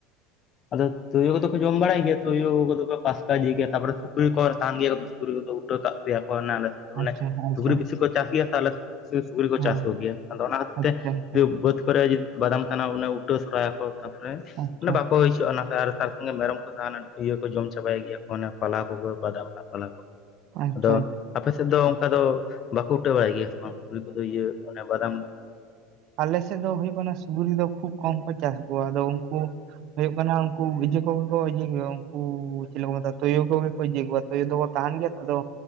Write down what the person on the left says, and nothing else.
ᱟᱫᱚ ᱛᱳᱭᱳ ᱠᱚ ᱫᱚ ᱼᱼ ᱡᱚᱢ ᱵᱟᱲᱟᱭ ᱜᱮᱭᱟ ᱛᱳᱭᱳ ᱠᱚ ᱫᱚ ᱠᱚ ᱯᱟᱥᱠᱟ ᱜᱮᱭᱟ ᱾ ᱛᱟᱯᱚᱨᱮ ᱥᱩᱠᱨᱤ ᱠᱚ ᱛᱟᱦᱮᱱ ᱜᱮᱭᱟ ᱠᱚ ᱥᱩᱠᱨᱤ ᱠᱟᱫᱟ ᱠᱚ ᱩᱴᱟᱹ ᱼᱼ ᱠᱟᱜ <unintelligible>
ᱥᱩᱠᱨᱤ ᱵᱮᱥᱤ ᱠᱚ ᱪᱟᱥ ᱜᱮᱭᱟ ᱥᱮ ᱟᱞᱮ ᱵᱤᱥᱤ ᱥᱩᱠᱨᱤ ᱠᱚ
ᱪᱟᱥ ᱠᱚᱜᱮᱭᱟ ᱟᱫᱚ ᱚᱱᱟ ᱠᱷᱟᱹᱛᱤᱨ
ᱛᱮ
ᱡᱩ ᱵᱟᱹᱫᱽ ᱠᱚᱨᱮ ᱵᱟᱫᱟᱢ ᱛᱟᱱᱟ ᱩᱴᱟᱹ ᱥᱚᱨᱭᱟᱠᱚ ᱛᱟᱯᱚᱨ
ᱵᱟᱠᱚ ᱛᱚ ᱚᱱᱟ ᱛᱮ ᱟᱨ ᱛᱟᱨ ᱥᱚᱸᱜᱮ ᱢᱮᱨᱚᱢ ᱠᱚ ᱛᱟᱦᱮ ᱤᱭᱟᱹ ᱠᱚ ᱡᱚᱢ ᱪᱟᱵᱟᱭ ᱜᱮᱭᱟ ᱠᱚ ᱯᱟᱞᱦᱟ ᱠᱚ ᱡᱚᱢ ᱪᱟᱵᱟᱭ ᱜᱮᱭᱟ᱾
ᱟᱫᱚ ᱟᱯᱮ ᱥᱮᱫ ᱫᱚ ᱚᱱᱠᱟ ᱫᱚ ᱵᱟᱠᱚ ᱩᱴᱟ ᱵᱟᱲᱟᱭ ᱜᱮᱭᱟ ᱥᱮ ᱵᱟᱝ? ᱥᱩᱠᱨᱤ ᱠᱚᱫᱚ ᱤᱭᱟᱹ ᱚᱱᱮ ᱵᱟᱫᱟᱢ